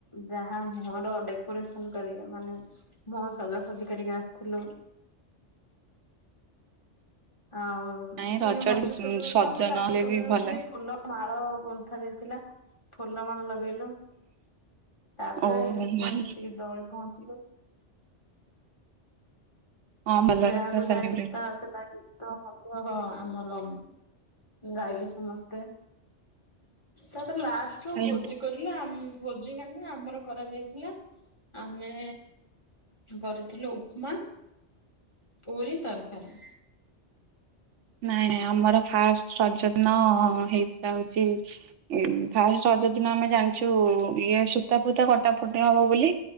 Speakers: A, on the left; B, on the right.
A: ଯାହା ମୁହଁର ଡେ ପୁରସନ୍ କରିବେ ମାନେ ବହୁଁ ସଜାସଜି କରିକି ଆସିଥିଲୁ। ଆଉ।
B: ନାଇଁ ରଜରେ
A: ଇଏ ମତେ ସଜଉ
B: ସଜ
A: ଥିଲା ମୁଁ ତାକୁ
B: ନହେଲେ
A: ସଜଉ
B: ବି ଭଲ
A: ଥିଲି ଫୁଲ ମାଳ ଗୁନ୍ଥା ଯାଇଥିଲା ଫୁଲ ମାଳ ଲଗେଇଲୁ। ତାପରେ
B: ଓହୋ
A: ସବୁ
B: ଭଲ
A: ମିଶିକି ଦଳି ପହଞ୍ଚିଲୁ।
B: ହଁ ଭଲରେ
A: ଯାହାକୁ
B: ପୁରା ସେଲିବ୍ରେଟ
A: ଯାହା ଗୀତା ଆଉଥିଲା ଗୀତ ମଧ୍ୟ ଆମର ଗାଇଲେ ସମସ୍ତେ ତାପରେ ଲାଷ୍ଟରୁ
B: ହେଲା।
A: ଭୋଜି କରିଲା ମଃ ଭୋଜି ମାନେ ଆମର କରାଯାଇଥିଲା। ଆମେ କରିଥିଲୁ ଉପମା। ପୁରୀ ତରକାରୀ।
B: ନାଇଁ ଆମର ଫାଷ୍ଟ ରଜ ଦିନ ହେଇ ଥିଲା ହଉଛି। ଏଇ ଫାଷ୍ଟ ରଜ ଦିନ ଆମେ ଜାଣିଛୁ ଇଏ ସୂତା ଫୁତା କଟାଫଟା ହବ ବୋଲି।